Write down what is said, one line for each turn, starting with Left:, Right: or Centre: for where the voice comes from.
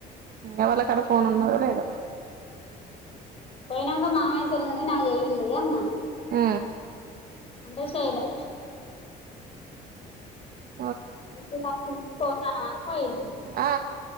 Right: ఎవాళక్కడ ఫోన్ ఉన్నదో లేదా
Left: పోయినాంక మామేశ్వర్ నుండి నావ వెయ్యల్లి అన్నా
Right: ఆ
Left: అంత విష అలే
Right: ర
Left: ఇ పోతనవా పోయి
Right: ఆ